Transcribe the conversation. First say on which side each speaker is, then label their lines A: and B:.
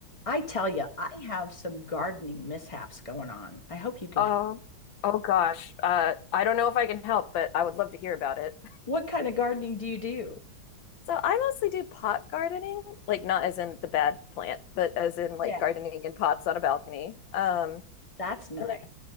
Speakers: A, on the left; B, on the left.
A: I tell you, I have some gardening mishaps going on. I hope you can.
B: Oh, oh gosh. Uh, I don't know if I can help, but I would love to hear about it.
A: What kind of gardening do you do?
B: So I mostly do pot gardening, like not as in the bad plant, but as in like
A: Yeah,
B: gardening in pots on a balcony. Um,
A: that's nice.
B: and I-